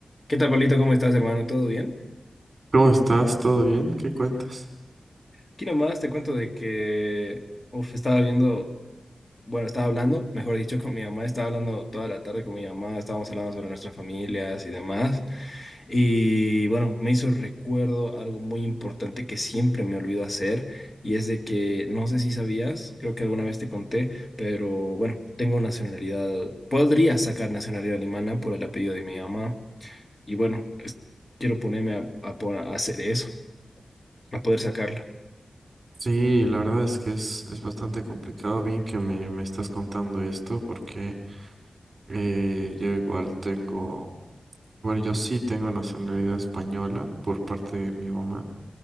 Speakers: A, on the left; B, on the right.
A: ¿Qué tal, Pablito? ¿Cómo estás, hermano? ¿Todo bien?
B: ¿Cómo estás? ¿Todo bien? ¿Qué cuentas?
A: Aquí nomás te cuento de que, uf, estaba viendo, bueno, estaba hablando, mejor dicho, <laughs> con mi mamá, estaba hablando toda la tarde con mi mamá, estábamos hablando sobre nuestras familias y demás. Y bueno, me hizo recuerdo algo muy importante que siempre me olvido hacer, y es de que, no sé si sabías, creo que alguna vez te conté, pero bueno, tengo nacionalidad, podría sacar nacionalidad alemana por el apellido de mi mamá, y bueno, es- quiero ponerme a a po- a hacer eso. a poder sacarla.
B: Sí, la verdad es que es, es bastante complicado. Bien que me, me estás contando esto porque eh, yo igual tengo, bueno, yo sí tengo nacionalidad española por parte de mi mamá,